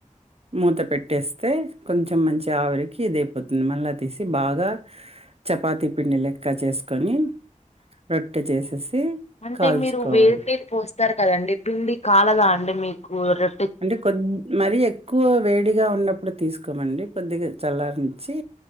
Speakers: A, on the right (about 45°); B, on the left (about 55°).
A: మూత పెట్టేస్తే కొంచెం మంచి ఆవిరికి ఇది అయిపోతుంది మళ్ళా తీసి బాగా చపాతి పిండి లెక్క చేసుకొని రొట్టె చేసేసి
B: అంటే
A: కాల్చుకోవాలి
B: మీరు వేడి నీళ్ళు పోస్తారు కదండి పిండి కాలదా అండి మీకు రో
A: అంటే కొద్ మరీ ఎ క్కువ వేడిగా ఉన్నప్పుడే తీసుకోమండి కొద్దిగా చల్లారనిచ్చి